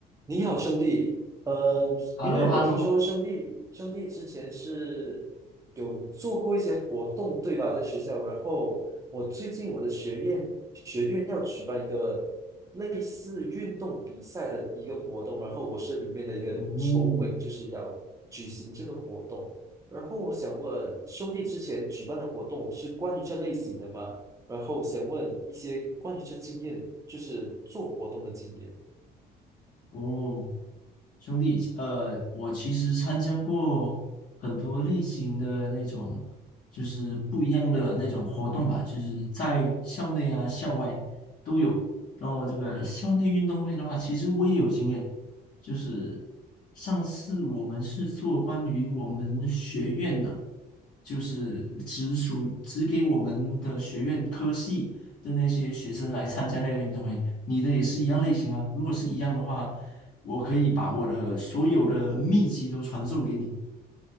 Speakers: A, on the right; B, on the left.
A: 你好，兄弟。呃，
B: h
A: 因为我听说兄弟兄弟之前是有做过一些活动，
B: e l l o h e l l o
A: 对吧？在学校，然后我最近我的学院学院要举办一个类似运动比赛的一个活动，然后我是里面的一个筹委，
B: 嗯，
A: 就是要举行这个活动。然后我想问，兄弟之前举办的活动是关于这类型的吗？然后想问一些关于这经验，就是做活动的经验。
B: 哦，兄弟，呃，我其实参加过很多类型的那种，就是不一样的那种活动吧，就是在校内啊、校外都有。然后这个校内运动会的话，其实我也有经验，就是上次我们是做关于我们学院的，就是只属只给我们的学院科系的那些学生来参加那个运动会。你的也是一样类型啊。如果是一样的话，我可以把我的所有的秘籍都传授给你。